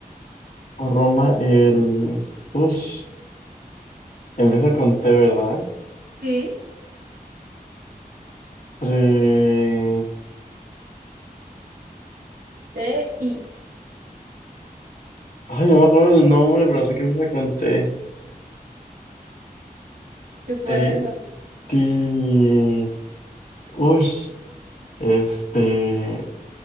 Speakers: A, on the left; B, on the right.
A: Por Roma, el... Ush. Empieza con T, ¿verdad?
B: Sí,
A: Tre-
B: T, I.
A: Ay, no me acuerdo el nombre, pero sé que empieza con T.
B: Tú puedes
A: T,
B: apuntar
A: ti... Ush. Este...